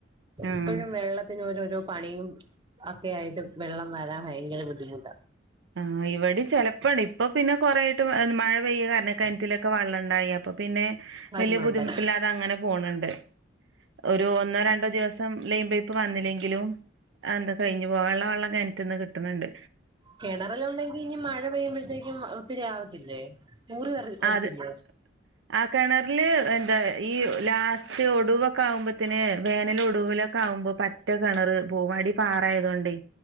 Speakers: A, on the right; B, on the right.
A: ആഹ്
B: ഇപ്പഴും വെള്ളത്തി ത്തിനോരോരോ പണിയും ഒക്കെയായിട്ട് വെള്ളം വരാൻ ഭയങ്കര ബുദ്ധിമുട്ടാ
A: ആഹ് ഇവടിം ചിലപ്പോ ഇപ്പോ പിന്നെ കുറേ ആയിട്ട് മഴ പെയ്യ്ണ കാരണം കൺറ്റിലൊക്കെ വെള്ളണ്ടായി അപ്പോ പിന്നെ
B: വരുന്നുണ്ടല്ലേ
A: വല്യ ബുദ്ധിമുട്ടില്ലാതെ അങ്ങനെ പോണ്ണ്ട് ഒരു ഒന്നോ രണ്ടോ ദിവസം ലൈം പൈപ്പ് വന്നില്ലെങ്കിലും എന്താ കഴിഞ്ഞ് പോകൻള്ള വെള്ളം കണറ്റിന്ന് കിട്ട്ണണ്ട്
B: കിണറല്ലാം ഉണ്ടെങ്കി ഇഞ് മഴ പെയ്യുമ്പഴത്തേക്കും ഒത്തിരി ആവത്തില്ലേ ഊറി വരത്തില്ലേ
A: അത് ആ കിണറില് എന്താ ഈ ലാസ്റ്റ് ഒടുവൊക്കെ ആവുമ്പോത്തിന് വേനൽ ഒടൂലെ ക്കാവുമ്പോ പറ്റ കിണറ് പോവും അടി പാറ ആയതോണ്ടേ